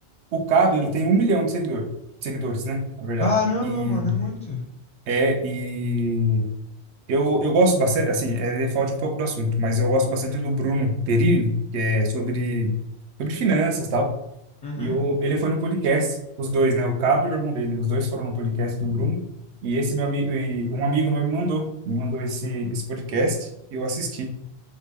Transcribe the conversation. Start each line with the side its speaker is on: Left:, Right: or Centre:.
Right: o, o Cado, ele tem um milhão de seguidor, seguidores, né? Na verdade.
Left: Caramba,
Right: E
Left: mano, é muito.
Right: é, e Eu, eu gosto bastante, assim, é, é falta um pouco do assunto, mas eu gosto bastante do Bruno Perini, que é sobre, sobre finanças e tal.
Left: Uhum.
Right: E o, ele foi no podcast, os dois, né? O Cabo e o irmão dele, os dois foram no podcast do Bruno. E esse meu amigo, e um amigo meu me mandou, me mandou esse, esse podcast e eu assisti.